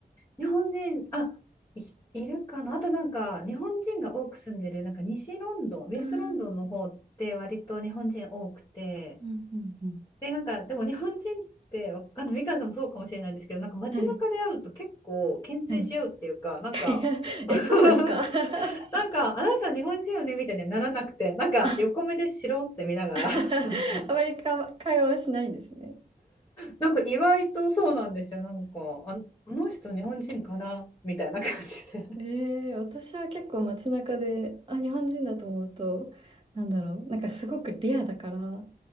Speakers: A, on the left; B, on the right.
A: 日本人、あ、い、いるかな。あとなんか、日本人が多く住んでる、なんか西ロンドン、ウェストロンドンの方って割と日本人多くて、
B: あ、うんうんうん。
A: で、なんか、でも日本人って、わあの、みかんさんもそうかもしれないんですけど、なんか街中で会うと結構牽制し合うっていうか、
B: はい。はい
A: なんか
B: <laughs>
A: <laughs>
B: え、そうですか <laughs>
A: なんか、あなた日本人よねみたいにはならなくて、なんか横目でしろって見ながら、
B: あ、<laughs>
A: <laughs> なんか、
B: あまりか会話はしないんですね。
A: なんか意外とそうなんですよ。なんか、あ、この人日本人かなみたいな感じで。
B: えー、
A: <laughs>
B: 私は結構街中で、あ、日本人だと思うと、なんだろう、なんかすごくレアだから、